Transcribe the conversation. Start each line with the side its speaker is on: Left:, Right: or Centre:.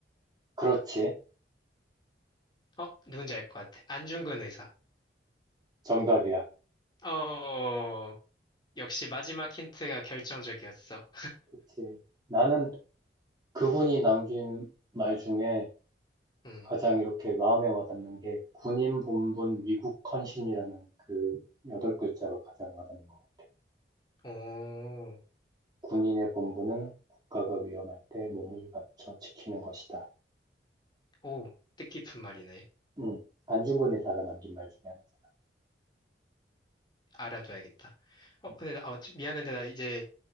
Right: 그렇지.
Left: 어, 누군지 알 것 같아. 안중근 의사.
Right: 정답이야.
Left: 어, 역시 마지막 힌트가 결정적이었어.
Right: 그렇지. 나는 그분이 남긴 말 중에
Left: 음,
Right: 가장 이렇게 마음에 와닿는 게 군인 본분 위국 헌신이라는 그 여덟 글자가 가장 와닿는 것 같아.
Left: 오,
Right: 군인의 본분은 국가가 위험할 때 몸을 바쳐 지키는 것이다.
Left: 오, 뜻깊은 말이네.
Right: 음, 안중근 의사가 남긴 말 중에 하나잖아.
Left: 알아둬야겠다. 어,
Right: 음.
Left: 근데 나, 어, 지- 미안한데 나 이제